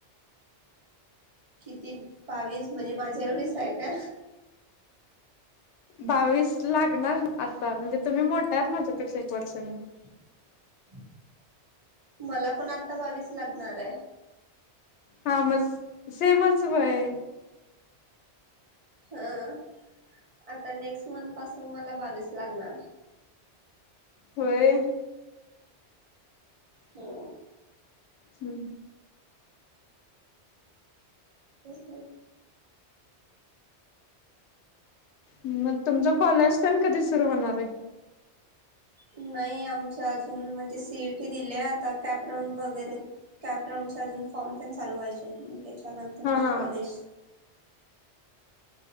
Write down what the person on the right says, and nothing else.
किती बावीस म्हणजे माझ्या एवढीच आहे का?
<inaudible> मला पण आता बावीस लागणार आहे.
हा <inaudible> आता नेक्स्ट मंथ पासून मला बावीस लागणार. <inaudible>
हो
तस
नाही आमच्या अजून म्हणजे सीईटी दिलेय आता कॅपराऊंड वगैरे कॅप राऊंड अजून फॉर्म त्या चालवायचे मग त्याच्यानंतर
मग कॉलेज